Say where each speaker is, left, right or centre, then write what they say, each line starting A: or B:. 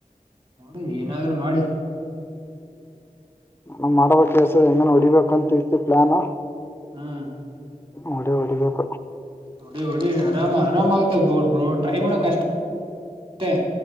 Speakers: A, on the right; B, on the left.
A: ಅ ಏನಾದ್ರರು ಮಾಡಿ
B: ನಾ ಮಾಡಬೇಕ ಕೆಸ್ ಹೆಂಗ ಹೊಡಿಬೇಕಂತ ಇತಿ ಪ್ಲಾನು
A: ಹ್ಮ್
B: ಒಡ ಓಡಿದಬೇಕ
A: ನೋಡಿ ಹೊಡಿ ಆರಾಮ ಆರಾಮ ಆಗತ ಬೊ ಬ್ರೋ ಟ್ರೈ ಮಾಡಕಷ್ಟೆ.